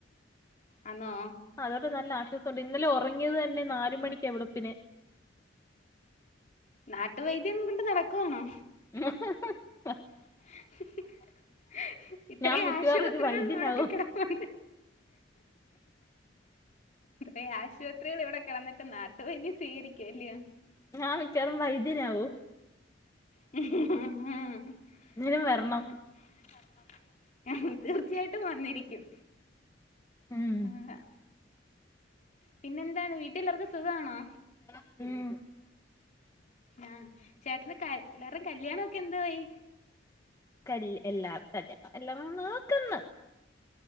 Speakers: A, on the left; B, on the left.
A: ആന്നോ
B: ആ അതോണ്ട് നല്ല വിശ്വാസമുണ്ട് ഇന്നലെ ഉറങ്ങിയത് തന്നെ നാല മണിക്ക് എവിടെപ്പന്നെ
A: നാട്ടുവൈദ്യംം കൊണ്ട് നടക്കുവാണോ
B: ആ <unintelligible>
A: <unintelligible> ഇത്രയും
B: ഞാൻ മിക്കവാറും
A: ആശുപത്രികൾ
B: ഒരു വൈദ്യനാവും
A: നോടക്കെ കിടപ്പണ്ട് ഇ ആശുപത്രികൾ ഇവിടെ കിടന്നിട്ട് നാട്ടുപദ്യ സ്വീകരിക്കുവല്ലയോ
B: നാന് കരമ്പ ഇതേ അു
A: എ <unintelligible>
B: എന്തേലും വരണം
A: തീർച്ചയായിട്ടും വന്നിരിക്കും
B: ഉം
A: ആ പിന്നെ എന്താണ് വീട്ടിലാവർക്കും സുഖമാണോ
B: <unintelligible>
A: ആഹ ചേട്ടന എല്ലാരും കല്യാണൊക്കെ എന്താ വയി
B: കല് എല്ലാം കല്യാണം എല്ലാം നോക്കന്ന്